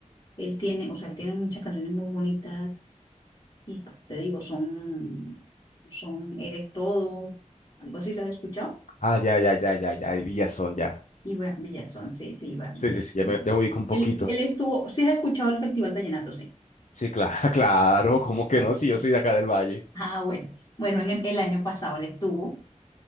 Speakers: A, on the left; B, on the left.
A: él tiene, o sea, él tiene muchas canciones muy bonitas y te digo, son, son Eres Todo, algo así, ¿lo has escuchado?
B: Ah, ya, ya, ya, ya, ya, Villazón, ya. son, ya.
A: Iván Villazón, sí, sí, Iván
B: Sí,
A: Villazón.
B: sí, sí, ya me, ya me ubico un poquito.
A: Él, él estuvo, sí has escuchado el Festival Vallenato, sí.
B: Sí, claro, <laughs> claro, ¿cómo que
A: Bueno,
B: no? Si yo soy de acá del Valle.
A: Ah, bueno. Bueno, en el, el año pasado él estuvo.